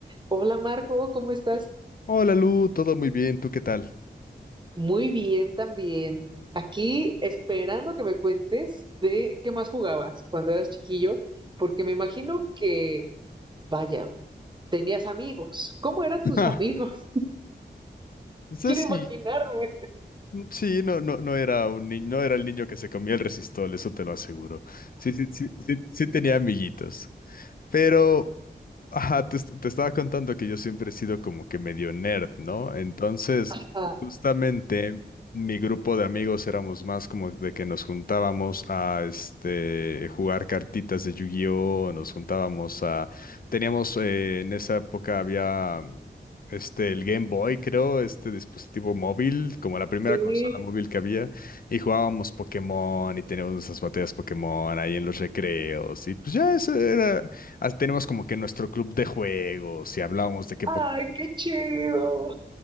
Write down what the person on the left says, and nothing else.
Hola Lu, todo muy bien, ¿tú qué tal?
<laughs>
Ja,
eso
sí,
mm, sí, no, no, no era un niño, no era el niño que se comía el resistol, eso te lo aseguro. Sí, sí, sí, sí, sí tenía amiguitos. Pero Ajá, te, est- te estaba contando que yo siempre he sido como que medio nerd, ¿no? Entonces,
justamente mi grupo de amigos éramos más como de que nos juntábamos a este jugar cartitas de Yu-Gi-Oh, nos juntábamos a teníamos eh, en esa época había este el Game Boy, creo, este dispositivo móvil, como la primera
consola móvil que había, y jugábamos Pokémon y teníamos nuestras batallas Pokémon ahí en los recreos y pues ya eso era ah, tenemos como que nuestro club de juegos y hablamos de qué
Pokémon.